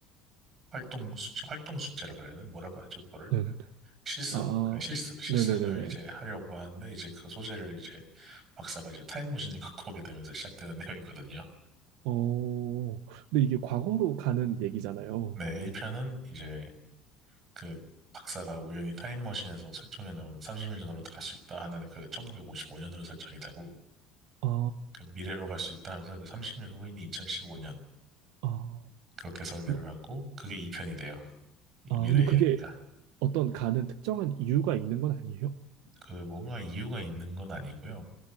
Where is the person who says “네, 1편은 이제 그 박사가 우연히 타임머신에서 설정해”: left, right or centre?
Right